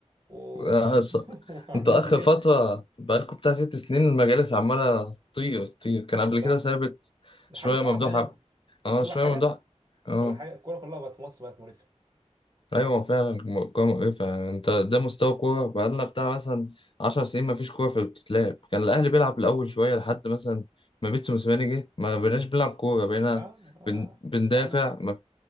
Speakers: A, on the right; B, on the left.
A: ومش
B: آه،
A: عارف
B: ص-
A: <laughs> وعامل
B: انتوا اخر
A: لي ايه
B: فتره بقالكم بتاع ست سنين المجالس عماله تطير تطير كان
A: آه،
B: قبل
A: ده
B: كده ثابت
A: ده
B: شويه
A: حاجه صعبه
B: ممدوح
A: يعني
B: عب-
A: بس
B: اه
A: اقول
B: شويه
A: لك حاجه
B: ممدوح اه
A: اقول لك حاجه الكوره كلها بقت في مصر بقت مريفه
B: ايوه هو فعلا م- كوره مقرفه يعني انت ده مستوى كوره بقالنا بتاع مثلا 10 سنين ما فيش كوره في بتتلعب كان الاهلي بيلعب الاول شويه لحد مثلا ما بيتسو موسيماني جه ما بقيناش بنلعب كوره بقينا
A: اه اه
B: بن... بندافع
A: يعني انا
B: ما...